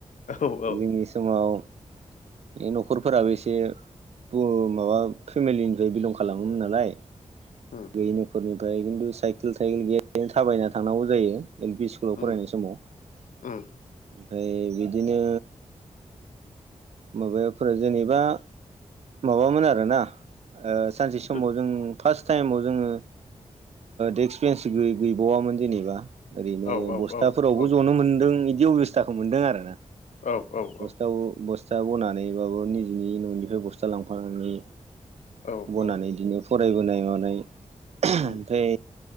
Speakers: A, on the left; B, on the right.
A: औ औ औ
B: जोंनि समाव बे न'खरफोराबो एसे माबा फेमिलिनिफ्राय बिलं खालामोमोन नालाय।
A: उम
B: गैयि न'खरनिफ्राय खिन्थु साइकेल थाइकेल गैयानो थाबायना थांनांगौ जायो। एल पि स्कुलाव फरायनाय
A: उम
B: समाव ओमफ्राय
A: उम
B: बिदिनो माबाफोर जेनेबा माबामोन आरोना ओ सानसे समाव
A: गो
B: जों फार्स्ट टाइमाव जोङो डेस्क बेन्स गैबावामोन जेनेबा। ओरैनो
A: औ औ
B: बस्थाफोरावबो
A: औ औ
B: जनो मोनदों इदि अबस्थाखौ मोन्दों आरोना।
A: औ औ
B: बस्थायाव
A: औ
B: बस फिसा बनानैबाबो निजिनि न'निफ्राय बस्था लांफानानै
A: औ
B: बनानै
A: औ
B: बिदिनो फरायबोनाय मानाय
A: उम
B: ओमफ्राय